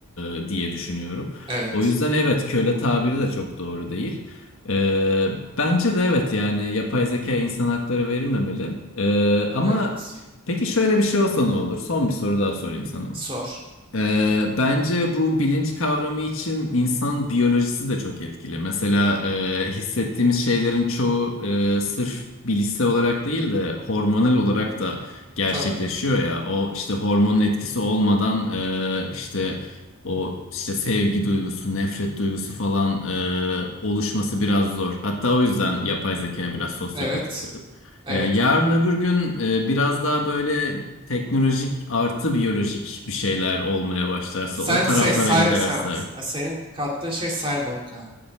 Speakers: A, on the left (about 65°); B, on the right (about 25°).
A: e, diye düşünüyorum.
B: Evet.
A: O yüzden evet köle tabiri de çok doğru değil. Ee, bence de evet yani yapay zeka insan hakları verilmemeli. Ee, ama
B: Evet.
A: peki şöyle bir şey olsa ne olur? Son bir soru daha sorayım sana.
B: Sor.
A: Ee, bence bu bilinç kavramı için insan biyolojisi de çok etkili. Mesela e, hissettiğimiz şeylerin çoğu e, sırf bilişsel olarak değil de hormonal olarak da gerçekleşiyor
B: Tabii.
A: ya. O işte hormonun etkisi olmadan e, işte o işte sevgi duygusu, nefret duygusu falan e, oluşması biraz zor. Hatta o yüzden yapay zeka biraz sosyopatik
B: Evet.
A: dedim.
B: Evet
A: E, yarın
B: abi.
A: öbür gün e, biraz daha böyle teknolojik artı biyolojik bir şeyler olmaya başlarsa,
B: Sen
A: o taraflara
B: şey say,
A: giderse.
B: sen, senin kattığın şey cyborg abi.